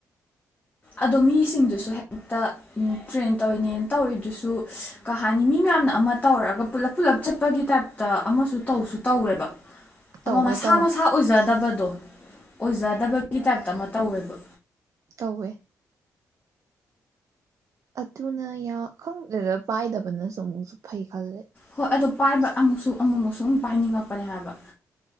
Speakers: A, on the left; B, on the right.
A: ꯑꯗꯣ ꯃꯤꯁꯤꯡꯗꯨꯁꯨ ꯍꯦꯛꯇ ꯇ꯭ꯔꯦꯟ ꯇꯧꯔꯤꯅꯦꯅ ꯇꯧꯔꯤꯗꯨꯁꯨ ꯀꯩ ꯍꯥꯏꯅꯤ ꯃꯤ ꯃꯌꯥꯝꯅ ꯑꯃ ꯇꯧꯔꯒ ꯄꯨꯜꯂꯞ ꯄꯨꯂꯞ ꯆꯠꯄꯒꯤ ꯇꯥꯏꯞꯇ ꯑꯃꯁꯨ ꯇꯧꯁꯨ ꯇꯧꯋꯦꯕ
B: ꯇꯧꯋꯦ
A: ꯑꯃ ꯃꯁꯥ
B: ꯇꯧꯋꯦ
A: ꯃꯁꯥ ꯑꯣꯏꯖꯗꯕꯗꯣ ꯑꯣꯏꯖꯗꯕꯒꯤ ꯇꯥꯏꯞꯇ ꯑꯃ ꯇꯧꯋꯦꯕ
B: ꯀꯧꯋꯦ ꯑꯗꯨꯅ ꯌꯥ ꯈꯪꯗꯦꯗ ꯄꯥꯏꯗꯕꯅꯁꯨ ꯑꯃꯨꯛꯁꯨ ꯐꯩ ꯈꯜꯂꯦ
A: ꯍꯣꯏ ꯑꯗꯣ ꯄꯥꯏꯕ ꯑꯃꯨꯛꯁꯨ ꯑꯃꯨꯛꯃꯨꯛꯁꯨ ꯄꯥꯏꯅꯤꯡꯉꯛꯄꯅꯦ ꯍꯥꯏꯕ